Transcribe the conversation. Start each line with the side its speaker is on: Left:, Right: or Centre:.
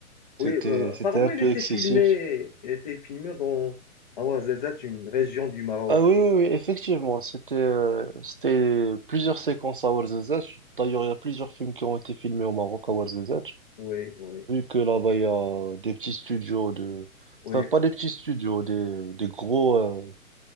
Right: C'était,
Left: Oui, euh, apparemment,
Right: c'était un
Left: il
Right: peu
Left: était
Right: excessif.
Left: filmé, il était filmé dans Ouarzazate, une région du Maroc.
Right: Ah oui, oui, oui, effectivement. C'était, euh, c'était plusieurs séquences à Ouarzazate. D'ailleurs, il y a plusieurs films qui ont été filmés au Maroc à Ouarzazate.
Left: Oui, oui,
Right: Vu que là-bas, il y a des petits studios de,
Left: oui,
Right: enfin, pas des petits studios, des, des gros, euh,